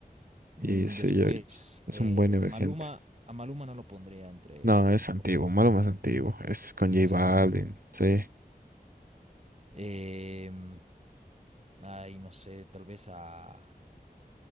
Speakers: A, on the right; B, on the right.
A: Mm,
B: y sí,
A: después,
B: yo- es
A: eh,
B: un buen emergente.
A: Maluma, a Maluma no lo pondría entre.
B: No, es antiguo,
A: O sea,
B: malo más antiguo,
A: sí, es bastante
B: es con
A: buenísimo,
B: J Balvin,
A: ¿no?
B: sí.
A: Em, ay, no sé, tal vez a.